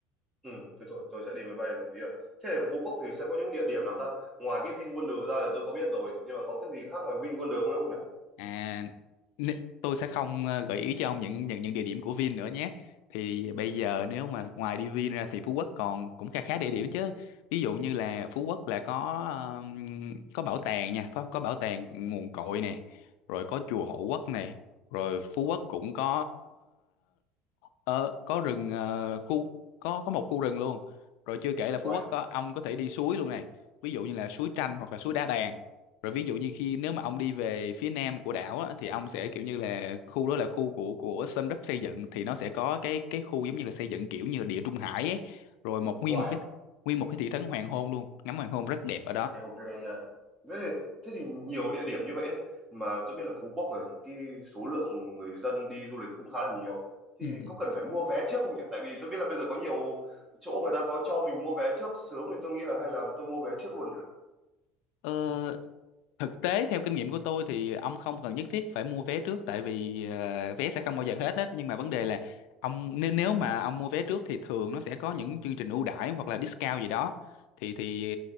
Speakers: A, on the right (about 20°); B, on the left (about 75°).
A: Ừ, thế thôi, tôi sẽ đi máy bay là hợp lý rồi. Thế thì ở Phú Quốc thì sẽ có những địa điểm nào ta? Ngoài cái VinWonder ra thì tôi có biết rồi, nhưng mà có cái gì khác là VinWonder không không nhỉ?
B: À, n- tôi sẽ không ờ, gợi ý cho ông những những những địa điểm của Vin nữa nhé. Thì bây giờ nếu mà ngoài đi Vin ra thì Phú Quốc còn cũng khá khá địa điểm chứ. Ví dụ như là Phú Quốc là có ờm, có bảo tàng nha, có có bảo tàng nguồn cội này, rồi có chùa Hộ Quốc này, rồi Phú Quốc cũng có ờ, có rừng ờ, khu có có một khu rừng luôn. Rồi chưa kể là Phú
A: Wow.
B: Quốc có ông có thể đi suối luôn này. Ví dụ như là suối Tranh hoặc là suối Đá Bàn rồi ví dụ như khi nếu mà ông đi về phía nam của đảo á, thì ông sẽ kiểu như là khu đó là khu của của Sun Group xây dựng thì nó sẽ có cái cái khu giống như là xây dựng kiểu như là địa trung hải ấy rồi một nguyên
A: Wow.
B: một cái nguyên một cái thị trấn hoàng hôn luôn ngắm hoàng hôn rất đẹp ở đó
A: Ok nha. Thế thì, thế thì nhiều địa điểm như vậy ấy. Mà tôi biết là Phú Quốc là cái số lượng người dân đi du lịch cũng khá là nhiều. Thì
B: ừ.
A: có cần phải mua vé trước không nhỉ? Tại vì tôi biết là bây giờ có nhiều chỗ người ta có cho mình mua vé trước sớm thì tôi nghĩ là hay là tôi mua vé trước luôn nhỉ?
B: Ờ, thực tế theo kinh nghiệm của tôi thì ông không cần nhất thiết phải mua vé trước tại vì ờ, vé sẽ không bao giờ hết hết nhưng mà vấn đề là ông nếu nếu mà ông mua vé trước thì thường nó sẽ có những chương trình ưu đãi hoặc là discount gì đó thì thì